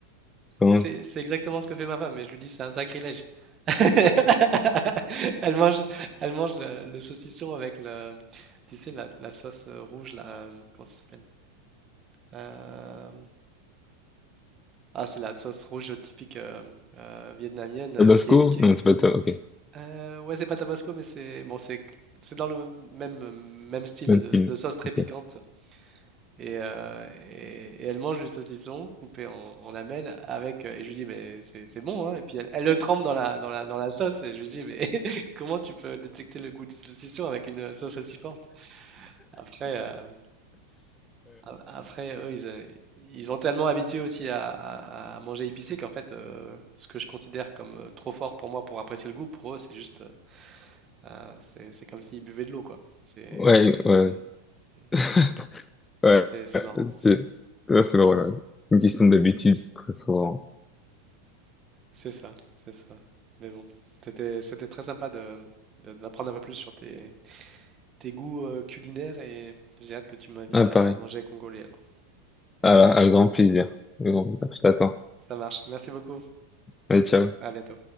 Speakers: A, on the left; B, on the right.
A: Comment?
B: Et C'est c'est exactement ce que fait ma femme, mais je lui dis c'est un sacrilège. <laughs> Elle mange, elle mange le, le saucisson avec le, tu sais, la, la sauce euh, rouge, là, euh, comment ça s'appelle? Euh, ah, c'est la sauce rouge typique euh, euh, vietnamienne euh,
A: Tabasco?
B: qui est, qui
A: Non, c'est pas ta- ok.
B: Heu, ouais, c'est pas tabasco, mais c'est bon, c'est c'est dans le même même même style
A: Même
B: de,
A: style.
B: de sauce très
A: Ok.
B: piquante et, heu, et et elle mange du saucisson coupé en, en lamelles avec, heu, et je lui dis: «Mais c'est c'est bon, hein?» et puis elle, elle le trempe dans la dans la dans la sauce et je lui dis: «Mais <laughs> comment tu peux détecter le goût du saucisson avec une sauce aussi forte?» après, heu, a après eux, ils, heu, ils ont tellement habitué aussi à à à manger épicé qu'en fait, heu, ce que je considère comme, heu, trop fort pour moi pour apprécier le goût, pour eux, c'est juste, euh, Ah, c'est c'est comme s'ils buvaient de l'eau, quoi. C'est,
A: Ouais,
B: c'est,
A: ouais.
B: c'est- c'est-
A: <laughs> Ouais,
B: Mais c'est c'est marrant.
A: c'est ça, c'est drôle. ouais. Une question d'habitude, très souvent.
B: C'est ça, c'est ça. Mais bon, c'était c'était très sympa de, de- d'apprendre un peu plus sur tes, tes goûts euh, culinaires et j'ai hâte que tu m'invites
A: Ah,
B: à
A: pareil.
B: manger congolais alors.
A: Ah, à grand plaisir. À grand plaisir. Je t'attends.
B: Ça marche. Merci beaucoup.
A: Allez, ciao.
B: À bientôt.